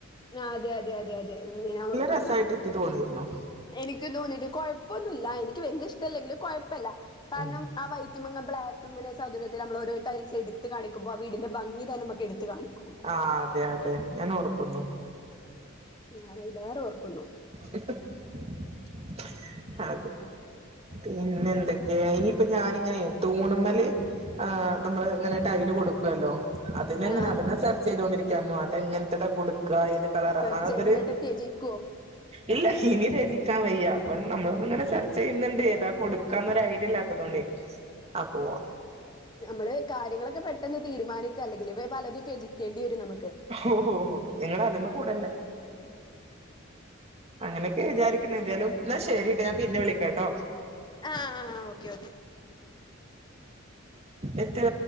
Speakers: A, on the left (about 20°); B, on the right (about 30°).
A: ആ അതെ അതെ അതെ അതെ ന ഓർക്ക
B: രസായിട്ട് എനിക്ക് തോന്നിയിരുന്നു
A: എനിക്ക് തോന്നീട്ട് കൊഴപ്പൊന്നുമില്ല എനിക്ക് വല ഇഷ്ടല്ലെങ്കിൽ കുഴപ്പമല്ല കാരണം
B: ഉം.
A: ആ വ റ്റ ബ്ലക്ക് ഇങ്ങ സൗര്യത്തി നമ്മൾ രോ ടൈൽസ്ടുത്ത് കാണുമ്പോ ആ വീന്റെ ഭംഗി തന്നെമുക്ക് എടുത്ത് കാണിക്കും
B: ആ അതെ അതെ ഞാൻ ഓർക്കുന്നു
A: ഞാന ഇ വേറെ ഓർക്കുന്നു
B: <inaudible> ആെ പിന്നെ എന്തൊക്കെയ ഇനിയിപ്പ ഞാനിങ്ങനെ തൂണുമമ്മൽ ആ് നമ്മള് ഇങ്ങനട്ടലും കൊടുക്കല്ലോ അതിനെ
A: ആഹ്
B: എങ്ങനെ
A: ആഹ്
B: അതെ സെർച്ച് ചെയ്തൊണ്ടിരിക്കരുന്നു അതെങ്ങനത്തെതാ കൊടു ത് കളർ
A: സെർച്ച്
B: അതൊരു
A: ചെയ്ത് എന്നിട്ട് ത്യജിക്കോ
B: ഇല്ല ഇനി രചിക്കാൻ വയ്യാ അപ്പൾ നമ്മള ഇങ്ങനെ ചെർച്ച ചെയ്യുന്നുണ്ട് ഏതാ കൊടുക്കാന്നൊ ഐഡിയ ഇല്ലാത്തത കൊണ്ട് അപ്പോൊ
A: നമ്മള് കാര്യങ്ങളൊക്കെ പെട്ടെന്ന് തീരുമാനിക്കുക അല്ലെങ്കിൽ ഇ പലത്ും ത്ജിക്ക േണ്ടി വരും നമുക്ക്
B: ഓ ഓ നിങ്ങള് അതിമ്മ കൂടല്ലേ അങ്ങനെയൊക്കെ വിചാരിക്കുന്ന എന്തായാലും എന്നാ ശരിട്ടാ ഞാൻ പിന്നെ വിളിക്കട്ടോ
A: ആഹ ആഹ ഓക്കെ ഓക്കെ
B: എത്തി